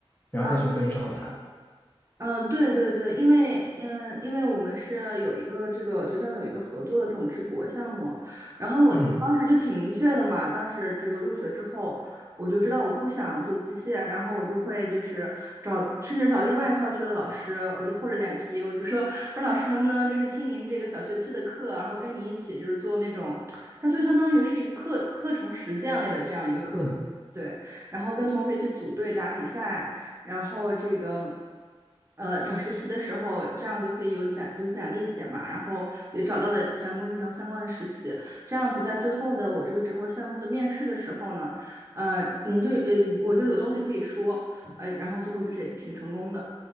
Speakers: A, on the left; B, on the right.
A: 然后再去跟上它？
B: 嗯嗯，呃对对对，因为嗯，因为我们是有一个这个学校的有一个合作的这种直播项目，然后我我当时就挺明确的嘛，
A: 嗯
B: 当时这个入学之后，我就知道我不想做机械，然后我就会就是找甚至找另外校区的老师，我就厚着脸皮，我就说我说老师能不能就是听您这个小学期的课，然后跟您一起就是做那种，它就相当于是一个课课程实践类的这样一个科目，
A: 嗯
B: 对，然后跟同学去组队打比赛。然后这个呃找实习的时候，这样就可以有简有简历写嘛，然后也找到了人工智能相关的实习，这样子在最后的我这个职模项目的面试的时候呢，呃，您就呃我就有东西可以说，呃，然后最后就是也挺成功的